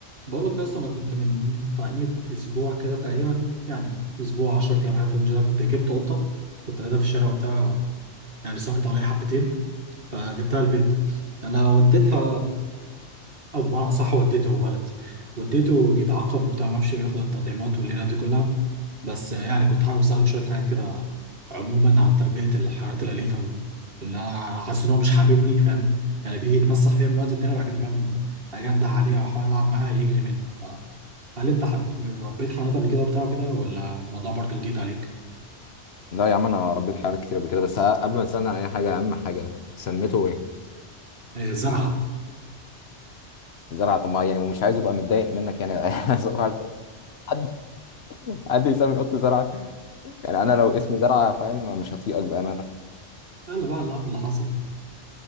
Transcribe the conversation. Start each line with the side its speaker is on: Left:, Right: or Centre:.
Right: بقول لك يا اسطى انا كنت من بتاع قيمه اسبوع كده تقريبا يعني اسبوع 10 ايام حاجه في الرينج ده كنت جبت قطه كنت قاعدها في الشارع وبتاع يعني صعبت عليا حبتين فجبتها البيت انا وديتها او بمعنى صح وديته غلط وديته يتعاقب وبتاع ما اعرفش ياخد التطعيمات والليله دي كلها بس يعني كنت حابب اسالك شويه حاجات كده عموما عن تربيه الحيوانات الاليفه اللي انا حاسس ان هو مش حاببني فاهم يعني بيجي يتمسح فيا من وقت التاني وبعد كده فاهم اجنده عليه او احاول العب معاه يجري مني ف هل انت حب... ربيت حيوانات قبل كده وبتاع كده ولا الموضوع برضو جديد عليك؟
Left: لا يا عم انا ربيت حيوانات كتير قبل كده بس قبل ما تسالني عن اي حاجه اهم حاجه سميته ايه
Right: آه، زرعه
Left: زرعه طب ما يعني ومش عايز يبقى متضايق منك يعني <laughs> صباح الفل حد حد يسمي قط زرعه يعني انا لو اسمي زرعه فاهم مش هطيقك بامانه
Right: <laughs> يلا بقى اللي عم اللي حصل